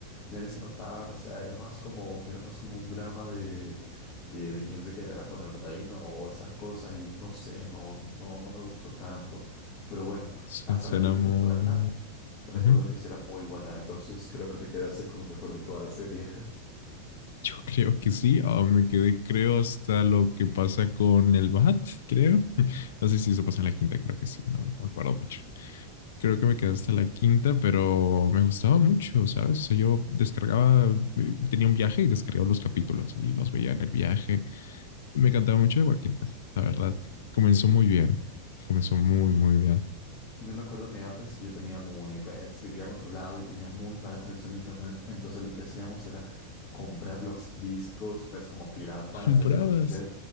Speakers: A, on the left; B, on the left.
A: ya ni se notaban, o sea, era más como, era más como un drama de, de, de quién se quedará con el reino o esas cosas, y no sé, no, no, no me gustó tanto. Pero bueno,
B: Su-
A: hasta
B: Suena
A: la quinta
B: muy...
A: temporada. Recuerdo
B: Ujú.
A: que sí era muy buena, entonces creo que te quedaste con lo mejor de toda la serie.
B: Yo creo que sí. Ah, me quedé, creo, hasta lo que pasa con el Bat, creo. <laughs> No sé si eso pasa en la quinta, creo que sí. No, no me acuerdo mucho. Creo que me quedé hasta la quinta, pero me gustaba mucho, ¿sabes? O sea, yo descargaba, eh, tenía un viaje y descargaba los capítulos y los veía en el viaje Me encantaba mucho de Walking Dead, la verdad. Comenzó muy bien. Comenzó muy,
A: <laughs> Yo
B: muy bien.
A: yo me acuerdo que antes yo tenía muy, pues vivía en otro lado y tenía muy mala conexión de internet, entonces lo que hacíamos era comprar los discos, pues como piratas
B: Comprabas.
A: de The Walking Dead,